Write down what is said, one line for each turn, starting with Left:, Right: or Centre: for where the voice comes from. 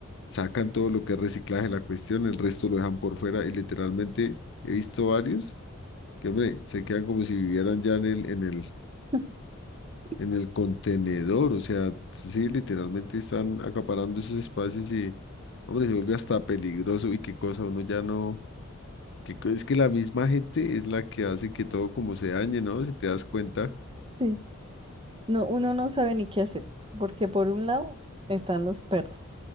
Left: sacan todo lo que es reciclaje, de la cuestión, el resto lo dejan por fuera y literalmente he visto varios que, hombre, se quedan como si vivieran ya en el, en el,
Right: <laughs>
Left: en el contenedor. O sea, sí, literalmente están acaparando esos espacios y, hombre, se vuelve hasta peligroso y qué cosa, uno ya no... Que co- es que la misma gente es la que hace que todo como se dañe, ¿no? Si te das cuenta.
Right: Sí, no, uno no sabe ni qué hacer, porque por un lado están los perros